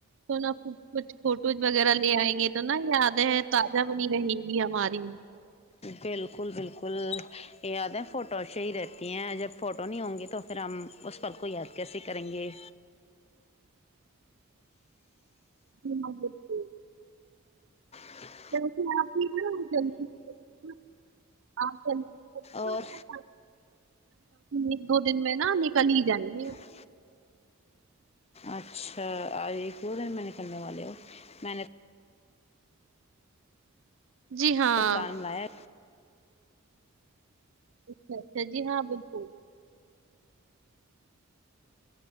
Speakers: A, on the right; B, on the left.
A: تو نہا کچھ فوٹوز وغیرہ لے آئیں گے تو نا یادیں تازہ بنی رہیں گی ہماری
B: بالکل بالکل یہ یاد ہے فوٹو اچھھیے ہی رہتی ہیں جب فوٹو نہیں ہوں گی تو پھر ہم اس پل کو یاد کیسے کریں گے
A: <unintelligible>
B: جی
A: <unintelligible>
B: اور
A: ایک دو دن میں نا نکل ہی جائیں گے
B: ج اچھا آ دن میں نکلنے والے ہو میں نے
A: جی ہاں
B: تو پلان بنایا
A: اچھا اچھا جی ہاں بالکل